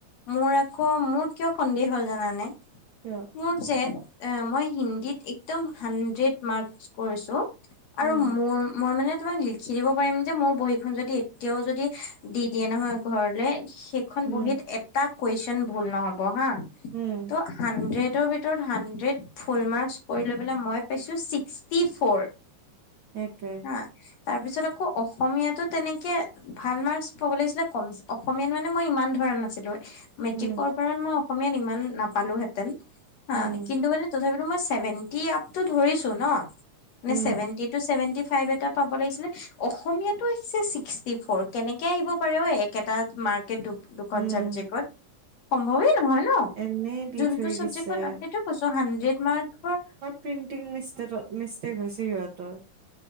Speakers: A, on the left; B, on the right.
A: মোৰ আকৌ মোৰ কিয় সন্দেহ হ'ল জানানে?
B: কিয়?
A: মোৰ যে এ মই হিন্দীত একদম হানড্ৰেড মাৰ্কচ কৰিছোঁ। আৰু
B: উম,
A: মোৰ মই মানে তোমাক লি খি দিব পাৰিম যে মোৰ বহীখন যদি এতিয়াও যদি দি দিয়ে নহয় ঘৰলে সেইখন
B: উম,
A: বহিত এটা কুৱেছন ভূল নহব হা,
B: উম,
A: ত হানড্ৰেডৰ ভিত তৰ হানড্ৰেড ফুল মাৰ্ক্সৰ কৰি লৈ পেলায় মই পাইছোঁ ছিক্সটি ফৰ।
B: একটোৱে
A: আ তাৰপিছত আকৌ অসমীয়াতো তেনেকে ভাল মাৰ্কচ পাব লাগিছিলে কম অসমীয়াত মানে মই ইমান ধৰা না ছিলো মেট্ৰিকৰ
B: উম,
A: পৰা মই অসমীয়াত ইমান নাপালো হেতেন হা
B: উম,
A: কিন্তু মানে তথাপিতো মই ছেভেন্টি আপটো ধৰিছোঁ ন, নে
B: উম,
A: ছেভেন্টি টু ছেভেন ফাইভ এটা পাব লাগিছিলে অসমীয়াটো আহিছে ছিক্সটি ফৰ, কেনেকে আহিব পাৰে ঐ একেটা মাৰ্কেটো? দুখন
B: উম।
A: চাবজেক্টত। সম্ভৱেই নহয় ন,
B: এনেই দি
A: যোনটো
B: থৈ
A: চাবজেক্টত
B: দিছে।
A: সেইটো কৈছো হানড্ৰেড মাৰ্কৰ
B: প্ৰিণ্টিং মিষ্টেতত মিষ্টেক হৈছে সিহঁতৰ।